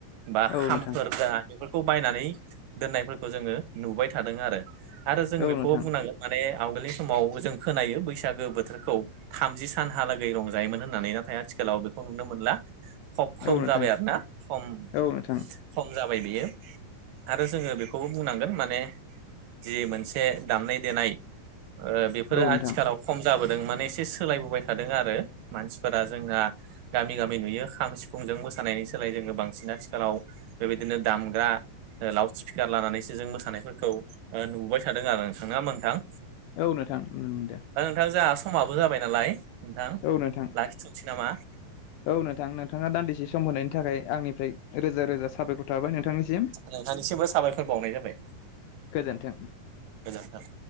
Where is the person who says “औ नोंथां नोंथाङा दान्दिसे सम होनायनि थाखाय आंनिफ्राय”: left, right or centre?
Left